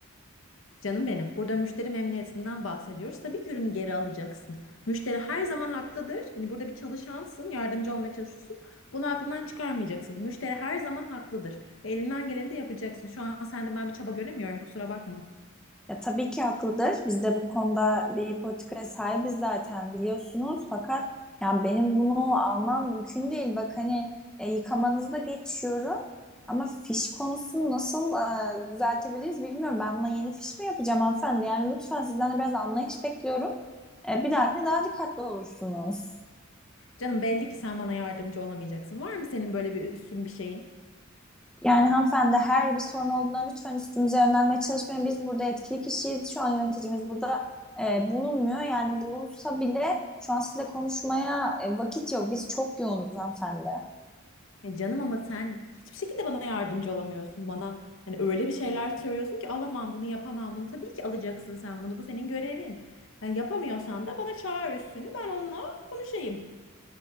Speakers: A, on the left; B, in the centre.
A: Canım benim, burada müşteri memnuniyetinden bahsediyoruz. Tabii ki ürünü geri alacaksın. Müşteri her zaman haklıdır. Hani burada bir çalışansın, yardımcı olmaya çalışıyorsun. Bunu aklından çıkarmayacaksın. Müşteri her zaman haklıdır. Ve elinden geleni de yapacaksın. Şu an sende ben bir çaba göremiyorum, kusura bakma.
B: Ya tabii ki haklıdır. Biz de bu konuda bir politikaya sahibiz zaten biliyorsunuz. Fakat yani benim bunu almam mümkün değil. Bak hani e, yıkamanızı da geçiyorum. Ama fiş konusunu nasıl e, düzeltebiliriz bilmiyorum. Ben buna yeni fiş mi yapacağım hanımefendi? Yani lütfen sizden de biraz anlayış bekliyorum. E, bir dahakine daha dikkatli olursunuz.
A: Canım belli ki sen bana yardımcı olamayacaksın. Var mı senin böyle bir üstün bir şeyin?
B: Yani hanımefendi her bir sorun olduğunda lütfen üstümüze yönelmeye çalışmayın. Biz burada yetkili kişiyiz. Şu an yöneticimiz burada e, bulunmuyor. Yani bulunsa bile şu an size konuşmaya e, vakit yok. Biz çok yoğunuz hanımefendi.
A: Ya canım ama sen hiçbir şekilde bana yardımcı olamıyorsun. Bana hani öyle bir şeyler söylüyorsun ki alamam bunu yapamam bunu. Tabii ki alacaksın sen bunu. Bu senin görevin. Yani yapamıyorsan da bana çağır üstünü. Ben onunla konuşayım.